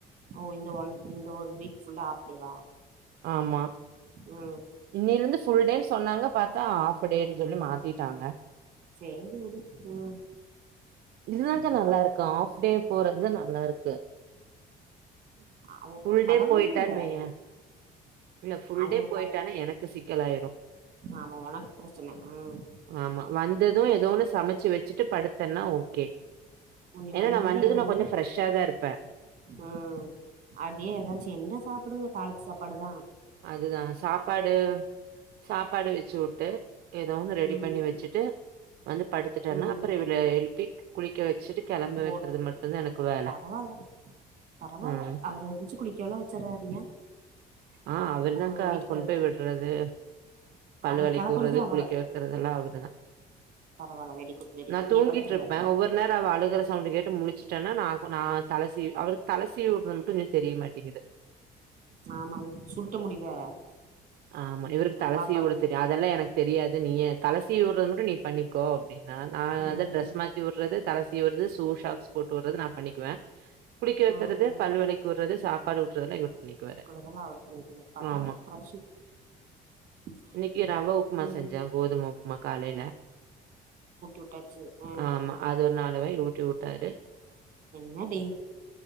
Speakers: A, on the right (about 50°); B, on the right (about 65°).
A: ஓ இந்த ஒன் இந்த ஒன் வீக் ஃபுல்லா ஆஃப் டேவா
B: ஆமா
A: ம்
B: இன்னிலே இருந்து ஃபுல்டே சொன்னாங்க பா ஆ ஆஃப் டேன்னு சொல்லி மாத்திட்டாங்க
A: சேரி விடு ம்
B: இதுதாங்க்க
A: அப்றோ
B: நல்லா இருக்கு ஆப்டே போறது தான் நல்லா இருக்கு
A: அவங்க
B: ஃபுல்டே
A: பழகணும்ல
B: போயிட்டான் வையே இல்ல ஃபுல்டே
A: அவங்கப்பா
B: போயிட்டானா எனக்கு சிக்கலாயிரும்
A: ஆமா உனக்கு பிரச்சன ம்
B: ஆமா வந்ததும் ஏதோ ஓன்னு சமைச்சு வெச்சுட்டு படுத்தேன்னா ஓகே
A: உ இனி
B: ஏன்னா
A: வந்து
B: நா வந்தது
A: நீ வந்து
B: நா கொஞ்சோ ஃப்ரெஷ்ஷா தா இருப்பே
A: உம் அதே ஏதாச்சும் என்ன சாப்ப எப்பயுமே தாளிச்ச சாப்பாடு தா
B: அதுதான் சாப்பாடு சாப்பாடு வச்சு விட்டு ஏதோ ஒன்னு ரெடி
A: ம்
B: பண்ணி வச்சுட்டு வந்து படுத்துட்டேனா
A: ம்
B: அப்புறம் இவரை எழுப்பி குளிக்க வச்சுட்டு கிளம்ப
A: போட்ரு
B: வைக்கறது மட்டும் தான் எனக்கு வேலை
A: பரவால்ல பரவால்ல
B: உம்
A: அவரு எந்திச்சு குளிக்கவெல்லா வச்சர்றாரு ஏ
B: ஆ அவருதாங்க்கா
A: உங்க வீட்டுக்காரு
B: கொண் போய் விட்றது பல்லு
A: அவரு
B: வெளைக்கூர்றது
A: கெளப்புறதே அவ
B: குளிக்க வக்கறதெலா அவருதா
A: பரவால்ல வெரி குட் வெரி
B: நா
A: குட்
B: தூங்கிட்ருப்ப
A: நீ படுத்துருவ
B: ஒவ்வொரு நேரோ அவ அழுகுற சவுண்டு கேட்டு முழிச் சொன்னா நா நா தல சீவி அவளுக்கு தல சீவி வுடுற மட்டு இன்னு தெரியமாட்டேங்கிது
A: ஆமா அது சுருட்ட முடி வேற
B: ஆமா இவருக்கு தல
A: பாப்பாக்கு
B: சீவி உடத் தெரியு அதெல்லா எனக்கு தெரியாது நீயே தல சீவிடுறது மட்டு நீ பண்ணிக்கோ அப்படின்னா நா
A: ம்
B: அத ட்ரெஸ் மாத்தி உட்றது தல சீவி உட்றது ஷூ ஷாக்ஸ் போட்டு விட்றது நா பண்ணிக்குவே குளிக்க வக்கிறது
A: ம் ம்
B: பல் வெளக்கி வுட்றது சாப்பாடு ஊட்டுறதெல்லா இவர் பண்ணிக்குவாரு
A: அதெல்லா அவருக் தெரியு பரவால்ல
B: ஆமா.
A: <unintelligible> உம்
B: இன்னைக்கு ரவ உப்புமா
A: உம்
B: செஞ்சேன். கோதும உப்புமா காலையில
A: விட்டாச்சு ஆ
B: ஆமா அது ஒரு நாலு வாய் ஊட்டி உட்டாரு
A: என்னடி